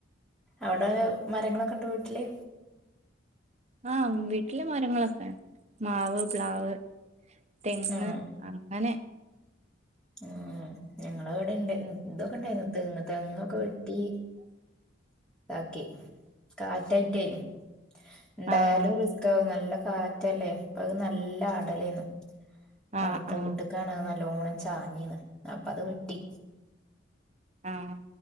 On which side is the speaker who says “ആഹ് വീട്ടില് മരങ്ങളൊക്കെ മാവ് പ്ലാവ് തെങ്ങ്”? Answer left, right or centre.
Right